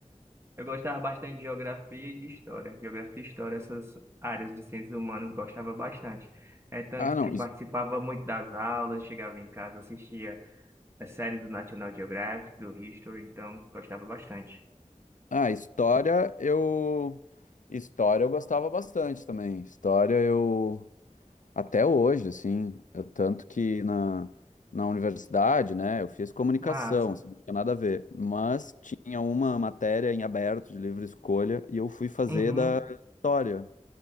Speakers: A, on the right (about 20°); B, on the left (about 80°).
A: eu gostava bastante de geografia e de história. Geografia e história, essas áreas de ciências humanas, gostava bastante. É tanto
B: Ah, não.
A: que participava
B: his-
A: muito das aulas, chegava em casa, assistia as séries do National Geographic, do History, então gostava bastante.
B: Ah, história eu história eu gostava bastante também. História eu Até hoje, assim, eu- tanto que na, na universidade, né, eu fiz comunicação,
A: Massa.
B: assim, não tinha nada a ver, mas tinha uma matéria em aberto de livre escolha e eu fui fazer
A: Uhum,
B: da história,